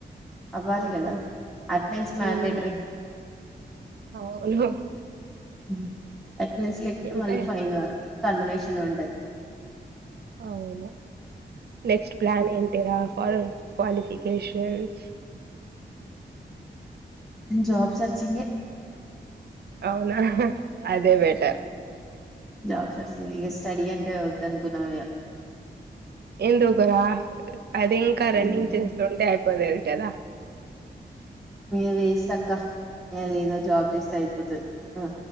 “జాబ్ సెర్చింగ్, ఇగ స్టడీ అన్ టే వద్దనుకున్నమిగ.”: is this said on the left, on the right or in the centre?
Centre